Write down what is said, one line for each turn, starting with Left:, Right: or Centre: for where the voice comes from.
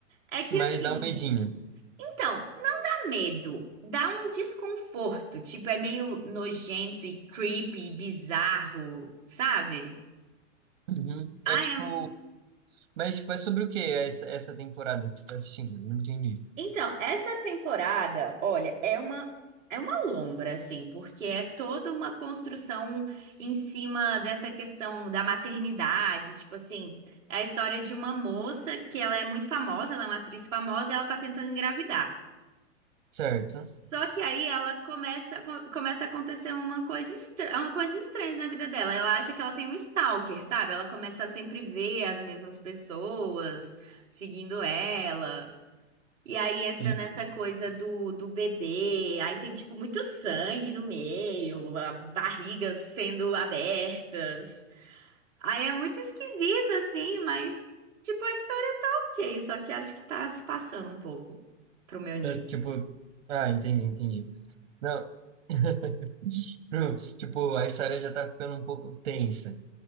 Centre: é que
Right: Mas
Centre: assim,
Right: dá um medinho.
Centre: então, não dá medo. Dá um desconforto. Tipo, é meio nojento e creepy e bizarro, sabe?
Right: Uhum.
Centre: Ah,
Right: É tipo.
Centre: é.
Right: Mas tipo, é sobre o que essa, essa temporada que você tá assistindo? Não entendi.
Centre: Então, essa temporada, olha, é uma é uma lombra assim, porque é toda uma construção em cima dessa questão da maternidade, tipo assim, é a história de uma moça que ela é muito famosa, ela é uma atriz famosa, e ela tá tentando engravidar.
Right: Certo.
Centre: Só que aí ela começa co- começa a acontecer uma coisa estranha, uma coisa estranha na vida dela. Ela acha que ela tem um stalker, sabe? Ela começa a sempre ver as mesmas pessoas seguindo ela. E aí entra
Right: Uhum.
Centre: nessa coisa do, do bebê, aí tem tipo muito sangue no meio, a barrigas sendo abertas. Aí é muito esquisito assim, mas tipo a história tá ok, só que acho que tá se passando um pouco pro meu nível.
Right: É, tipo. Ah, entendi, entendi. Não. <laughs> Não, Tipo, a história já tá ficando um pouco tensa.